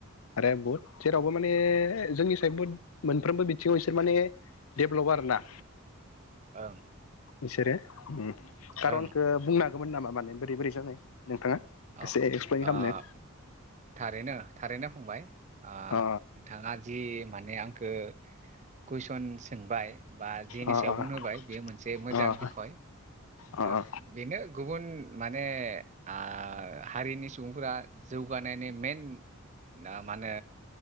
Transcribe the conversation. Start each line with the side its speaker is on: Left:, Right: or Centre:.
Left: आरो बहुद जेरावबो माने ए जोंनि साय बुहुद मोनफ्रोमबो बिथिङाव इसोर माने डेभलप आरोना
Right: ओं
Left: इसोरो उम खारनखौ
Right: ओं
Left: बुंनो हांगोमोन नामा? माने बोरै बोरै जानाय? नोंथाङा
Right: औ
Left: एसे एक्सप्लइेन खालामनो
Right: ओ थारैनो थारैनो फंबाय ओ
Left: अ
Right: नोंथाङा जि माने आंखो कुइसन सोंनाय बा जेनि
Left: अ
Right: सायाव
Left: अ
Right: बुंनो होबाय बेयो मोनसे मोजां
Left: अ
Right: बिखय
Left: अ
Right: दा
Left: अ
Right: बेनो गुबुन माने आ ओ हारिनि सुबुंफोरा जौगानायनि मेन ना मा होनो